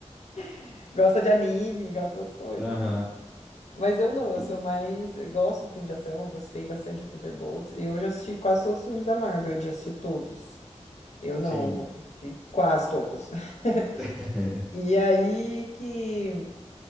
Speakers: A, on the left (about 70°); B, in the centre.
A: <laughs> Gosta de anime, gosta das coisas,
B: Aham.
A: assim. Mas eu não, eu
B: E-
A: sou mais. Eu gosto do filme de ação, eu gostei bastante de Thunderbolts. E eu já assisti quase todos os filmes da Marvel, ele já assistiu todos. Eu não,
B: Sim.
A: assisti quase todos. <laughs>
B: <laughs>
A: E aí que